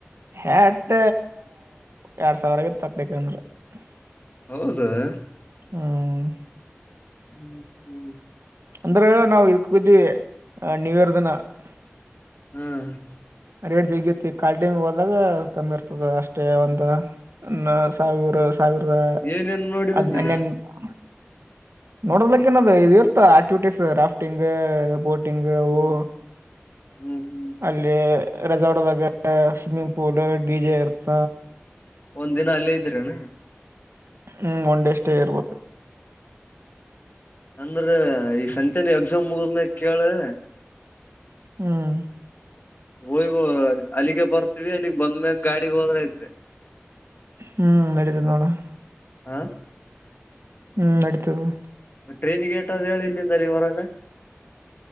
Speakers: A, on the right; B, on the left.
A: ಹಟ್ಟ ಎರಡ್ ಸಾವಿರಗ ತಗಲಿಕ್ಕಂದ್ರ <unintelligible>
B: ಹೌದಾ <unintelligible>
A: ಹ್ಮ <unintelligible>
B: ಹ್ಮ್ <unintelligible>
A: ಅಂದ್ರ ನಾವ್ ಇದ ಕ್ದಿ ನ್ಯೂ ಇಯರ್ ಧಿನ <unintelligible>
B: ಹ್ಮ್ <unintelligible>
A: ರೇಟ್ ಜಗಿಯತಿ ಕ್ವಾಲಿಟಿ ಹೋದಾಗ ಕಮ್ಮಿ ಇರ್ತದ ಅಷ್ಟೇ ಒಂದು <unintelligible> ನ ಸಾವಿರ ಸಾವಿರದ
B: ಏನೇನ್ ನೋಡಿ
A: ಅದ್ನ್
B: ಬಂದಿರಿ
A: <unintelligible> ನೋಡೋದಕ್ಕ ನ ಇದು ಇರ್ತ ಆಕ್ಟಿವಿಟೀಸ್ ರಾಫ್ಟಿಂಗ್ ಬೋಟ್ <unintelligible> ಡಿಂಗವು
B: ಹ್ಮ್ ಹ್ಮ್ ಹ್ಮ್
A: ಅಲ್ಲಿ <unintelligible> ರೆಸಾರ್ಟದಾಗ ಸ್ವಿಮ್ಮಿಂಗ್ ಪೂಲ್ ಡಿ ಜೆ ಇರ್ತ
B: ಒಂದ್ ದಿನ ಅಲ್ಲೇ ಇದ್ರೆನ
A: ಹ್ಂಗೆ ಒನ್ ಡೇ ಸ್ಟೇ ಇರ್ಬೇಕು
B: ಅಂದ್ರ ಈ ಸಂತನಿ ಎಕ್ಸಾಮ್ ಮುಗದ್ಮ್ಯ ಕೇಳ <unintelligible>
A: ಹ್ಮ್ <unintelligible>
B: ಹೋಯ್ ಅಲ್ಲಿಗೆ ಬರ್ತವಿ ಅಲ್ಲಿಗ್ ಬಂದ್ಮ್ಯಾಗ ಗಾಡಿಗೆ ಹೋದ್ರೆ ಐತೆ <unintelligible>
A: ಹ್ಮ್ ನೆಡಿತತಿ ನೋಡ <unintelligible>
B: ಆ <unintelligible>
A: ಹ್ಮ್ ನಡಿತದ <unintelligible>
B: ಟ್ರೈನ್ಗೆಟಾದ್ ಹೇಳ ಇಲ್ಲಂದ ರೀ ಹೊರಗೆ <unintelligible>